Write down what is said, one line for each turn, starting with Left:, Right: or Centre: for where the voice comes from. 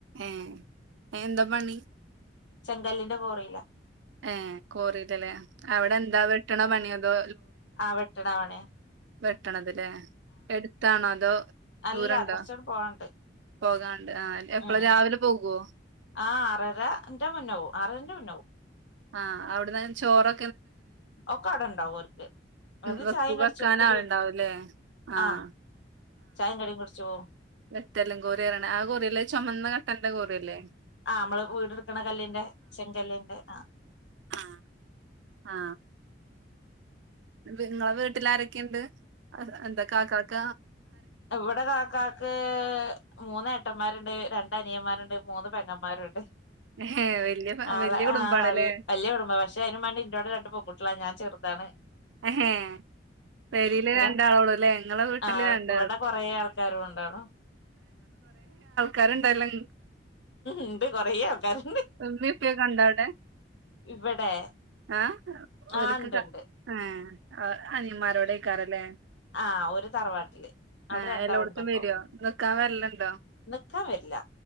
Right: ഏ എന്താ പണി
Left: ചെങ്കല്ലിന്റെ കോറീലാ
Right: ഏ കോറില്ല്ലേ അവിടെ എന്താ വെട്ട്ണാ പണി അതോ
Left: ആ വെട്ട്ണാ ആ പണിആ
Right: ട്ട്ണത് ഏ എട്ത്താണോ അതോ
Left: അല്ല
Right: ദൂരണ്ടോ
Left: കൊറച്ചാണ്ട് പോവാണ്ട്.
Right: പോകാണ്ട് ആ എപ്പളാ
Left: ഉം ഉം
Right: രാവിലെ പോകൊ
Left: ആഹ് ആറരന്റെ മുന്നാവും ആറരന്റെ മുന്നാവും
Right: ആഹ് അവ്ട്ന്ന് ചോറൊ
Left: ഒക്കടണ്ടാവും ഓര്ക്ക് അത്
Right: വെക്കു
Left: ചായെം കടിച്ചു
Right: വെക്കാൻ
Left: കടി
Right: ആളുണ്ടാവുംല്ലേ ആഹ്
Left: ആ ചായിം കടിം കുടിച്ചോവും
Right: വെട്ടല്ലും കോറിഅറിണെ ആ കോറിഅല്ലേ ചുമന്ന കട്ടന്റെ കോറിഅല്ലേ
Left: ആഹ് നമ്മള് വീട്ടുക്ക്ണ കല്ലിന്റെ ചെങ്കല്ലിൻ്റെ ആ
Right: ആ ആ ഇങ്ങളെ വീട്ടിലാരെക്കെണ്ട് അ എന്താ കാ കാക്ക
Left: ഇവിടെ കാക്കാക്ക് മൂന്നേട്ടന്മാര്ണ്ട് രണ്ടനിയന്മാര്ണ്ട് മൂന്ന് പെങ്ങന്മാരുണ്ട്
Right: ഏഹ് വല്യ
Left: ആളെ
Right: വല്യ കുടുംബാണല്ലേ
Left: ആ വ വല്യാ കുടുമ്പ പക്ഷെ ഐനുമാണ്ടി ഇൻ്റോടെ രണ്ട് പൊങ്കുട്യളാ ഞാൻ ചെറ് താണ്
Right: എഹേ പെരീല്
Left: ഇവിടെ
Right: രണ്ടാളൊള്ളൂല്ലേ ഇങ്ങളെ വീട്ടില്
Left: ആ
Right: രണ്ട്
Left: ഇവിടെ കൊറെേ ആൾക്കാര് ഉണ്ടാണ്
Right: കരണ്ടെല്ലം
Left: ഇണ്ട് കൊറേ ആൾക്കാര്
Right: ഉമ്മിപ്പയൊക്കെണ്ടവ്ടെ
Left: ഇവിടെ
Right: ആ
Left: ആ
Right: ഓല്ക്ക്
Left: ഉണ്ട്ണ്ട്
Right: ക ഏഹ് ആഹ് അനിയന്മാരോടെക്കാരം ല്ലേ
Left: ആഹ് ഓര് തറവാട്ടിലെ അവിടെ
Right: ഏഹ്
Left: രണ്ടാൾണ്ടിപ്പൊ
Right: എല്ലോടത്തും വരുവോ നിക്കാൻ വരലുണ്ടോ
Left: നിക്കാൻ വരില്ല